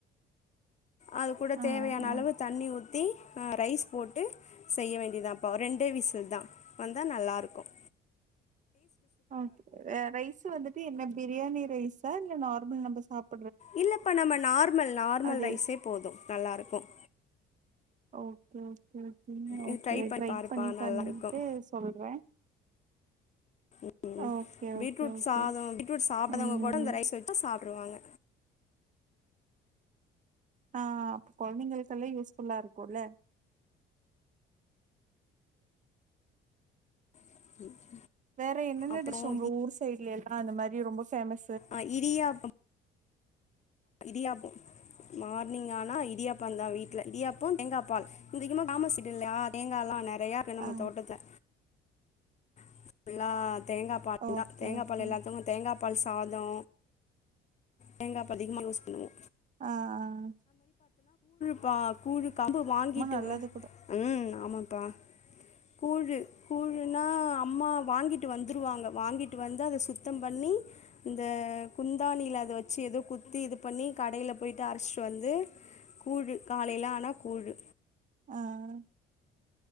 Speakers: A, on the left; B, on the right.
A: அது கூட
B: ஆ ஆ
A: தேவையான
B: ஆ
A: அளவு தண்ணி பத்தி் ரைஸ் போட்டு செய்ய வேண்டியதான்ப்ப ரெண்ட விசில் தான் வந்தா நல்லா இருக்கும்
B: ம் ரைஸ் வந்துட்டு என்ன பிரியாணி ரைஸா இல்ல நார்மல் நம்ப சாப்-
A: இல்லப்பா நம்ம நார்மல் நார்மல்
B: அதே
A: ரைஸே போது நல்லா இருக்கும்
B: ஓகே ஓகே
A: இது
B: ஓகே ட்ரை
A: பாருப்பா
B: பண்ணி
A: நல்லாயிருக்கும்
B: பண்ணிட்டு சொல்றே
A: ம் ம்
B: ஓகே
A: பீட்ரூட்
B: ஓகே ஓகே
A: சாதோ பீட்ரூட் சாப்டாதவங்க
B: ம்
A: கூட ரைஸ் வச்சா சா- வருவாங்க
B: ஆஹ் அப்ப கொழந்தைங்களுக்கெல்லா யூஸ்ஃபுல்லா இருக்குல்ல
A: <inaudible>
B: வேற என்னென்ன
A: அப்புறம்
B: டிஷ் உங்க ஊர் சைட்ல ஆ அந்த மாரி ரொம்ப ஃபேமஸ்
A: ஆஹ் இடியாப்பம் இடியாப்போ மார்னிங் ஆனா இடியாப்பந்தா வீட்ல இடியாப்போ தேங்கா பால் இங்க அதிகமா கிராமோ சைடு இல்லயா தேங்கா எல்லா நெ நெறையா இருக்கு நம்ம
B: ஆ
A: தோட்டத்ல <unintelligible> தேங்காப் பால்தா
B: ஓகே
A: தேங்காப்
B: ஓகே
A: பால் எல்லாத்துக்கும் தேங்கா பால் சாதோ தேங்கா பால் அதிகமாக யூஸ் பண்ணுவோ
B: ஆஹ் ஆஹ்
A: ப்பா கூழு கம்பு வாங்கிட்டு
B: நல்லது
A: வா
B: கூட
A: உம் ஆமாப்பா கூழு கூழுனா அம்மா வாங்கிட்டு வந்துருவாங்க வாங்கிட்டு வந்து அத சுத்தம் பண்ணி இந்த குந்தானியில அதை வச்சு ஏதோ குத்தி இது பண்ணி கடையில போயிட்டு அரைச்சிட்டு வந்து கூழு காலையில ஆனா கூழு
B: ஆஹ்